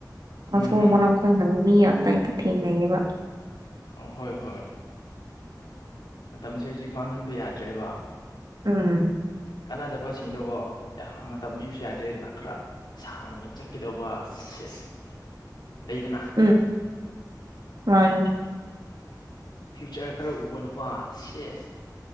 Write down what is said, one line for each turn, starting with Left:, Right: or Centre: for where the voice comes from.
Right: ꯃꯊꯣꯡ
Left: ꯎꯝ ꯍꯝ
Right: ꯃꯔꯥꯡ ꯀꯥꯏ ꯃꯔ ꯃꯤ ꯑ ꯏ ꯊꯦꯡꯅꯌꯦꯕ
Left: ꯑ ꯍꯣꯏ ꯍꯣꯏ ꯃꯇꯝꯁꯦ ꯍꯧꯖꯤꯛ ꯃꯥꯡꯍꯟꯕ ꯌꯥꯗ꯭ꯔꯦꯕ
Right: ꯎꯝ
Left: ꯀꯥꯟꯅꯗꯕꯁꯤꯡꯗꯣꯒꯣ ꯌꯥꯝ ꯃꯇꯝ ꯄꯤꯕꯁꯨ ꯌꯥꯗ꯭ꯔꯦꯗꯅ ꯈꯔ ꯁꯥꯡꯅ ꯆꯠꯀꯗꯧꯕ ꯁꯤꯁ ꯂꯩꯗꯅ
Right: ꯎꯝ ꯃꯥꯅꯦ
Left: ꯐ꯭ꯌꯨꯆꯔ ꯈꯔ ꯎꯕ ꯅꯨꯄꯥ ꯁꯤꯦꯁ